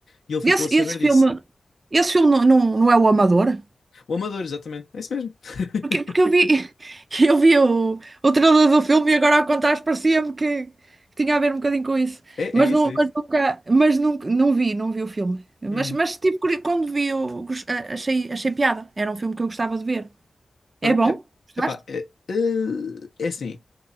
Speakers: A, on the left; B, on the right.
A: E ele ficou
B: Esse,
A: a saber
B: esse
A: disso.
B: filme, esse filme não, não, não é o Amador?
A: O Amador, exatamente, é isso mesmo. <laughs>
B: Porque, porque eu vi, <laughs> eu vi o, o trailer do filme e agora ao contar parecia-me que, que tinha a ver um bocadinho com isso.
A: É,
B: Mas,
A: é isso,
B: não,
A: é isso.
B: mas nunca, mas nunca, não vi, não vi o filme. Mas,
A: Uhum.
B: mas tipo, curi- quando vi, eu gos- a- achei, achei piada. Era um filme que eu gostava de ver.
A: Pronto,
B: É bom?
A: é,
B: Gostaste?
A: epá, é, eh, é assim,